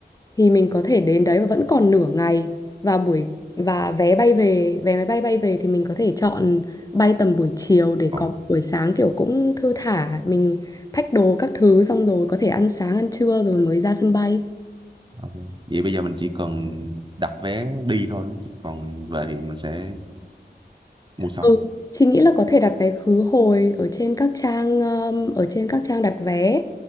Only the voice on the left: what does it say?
thì mình có thể đến đấy và vẫn còn nửa ngày và buổi và vé bay về vé máy bay bay về thì mình có thể chọn bay tầm buổi chiều để
có một buổi sáng kiểu cũng thư thả mình thách đồ các thứ xong rồi có thể ăn sáng ăn trưa rồi mới ra sân bay.
Ừ. Chị nghĩ là có thể đặt vé khứ hồi ở trên các trang um, ở trên các trang đặt vé